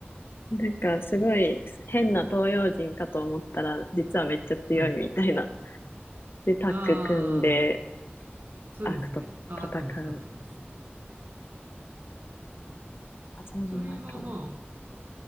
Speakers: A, on the left (about 65°); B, on the right (about 55°).
A: なんかすごい変な東洋人かと思ったら、実はめっちゃ強いみたいな。
B: はい。
A: で、タッグ組んで
B: ああ、そうですね。
A: 悪と戦う。
B: ああ、合ってます、合ってます。
A: あ、それ見ましたね。
B: それはまあ、